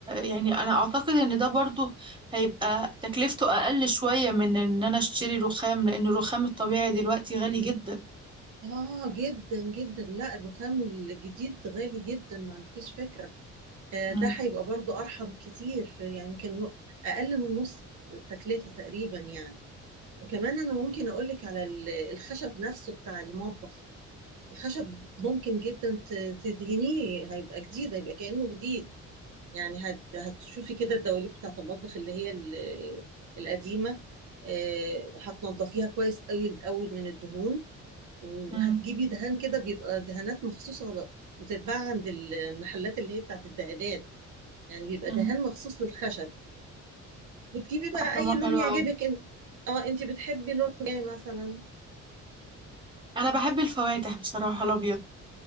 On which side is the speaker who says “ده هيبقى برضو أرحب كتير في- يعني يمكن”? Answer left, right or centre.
Right